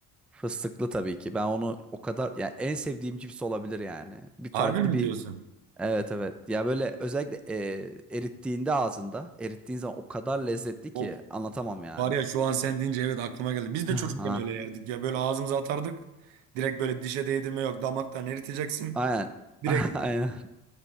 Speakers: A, in the centre; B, on the right (about 75°).
A: Fıstıklı tabii ki. Ben onu o kadar yani en sevdiğim cips olabilir yani. Bir
B: Harbi
A: farklı
B: mi
A: bir
B: diyorsun?
A: evet evet. Ya böyle özellikle e, erittiğinde ağzında erittiğin zaman o kadar lezzetli ki
B: Of.
A: anlatamam yani.
B: Var ya şu an sen deyince evet aklıma geldi. Biz
A: <laughs>
B: de çocukken
A: Ha,
B: öyle yerdik ya. Böyle ağzımıza atardık. Direkt böyle dişe değdirme yok. Damaktan eriteceksin.
A: Aynen.
B: Direkt
A: <laughs> Aynen.